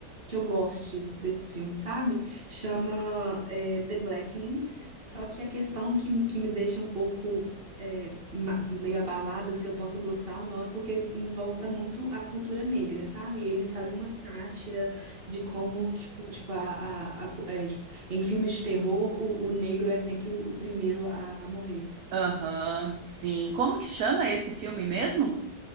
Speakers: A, on the right; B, on the right.
A: que eu goste desse filme, sabe? Chama é, The Blackening. Só que a questão que, que me deixa um pouco é, ma- meio abalada se eu posso gostar ou não é porque envolta muito a cultura negra, sabe? E eles fazem uma sátira de como tipo, tipo, a, a- a cu- é, tipo, em filmes de terror o, o negro é sempre o, o primeiro a a morrer.
B: Aham, sim. Como que chama esse filme mesmo?